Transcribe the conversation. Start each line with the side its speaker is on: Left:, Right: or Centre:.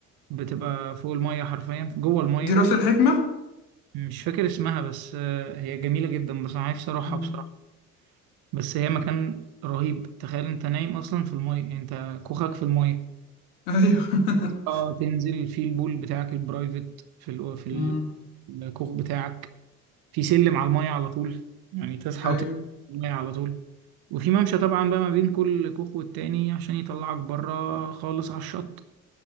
Right: بتبقى فوق المية حرفيا جوه المية
Left: دي راس الحكمه
Right: مش فاكر اسمها بس آه، هي جميلة جدا بس انا نفسي اروحها
Left: مم.
Right: بصراحة بس هي مكان رهيب تخيل انت نايم اصلا في المية يعني انت كوخك في المية
Left: ايوه <laughs>
Right: تصحى تنزل في البول بتاعك البرايفت في ال- في ال-
Left: مم.
Right: الكوخ بتاعك في سلم على المية على طول يعني تصحى
Left: ايوه
Right: وتنزل المية على طول وفي ممشى طبعا بقى ما بين كل كوخ والتاني عشان يطلعك بره خالص على الشط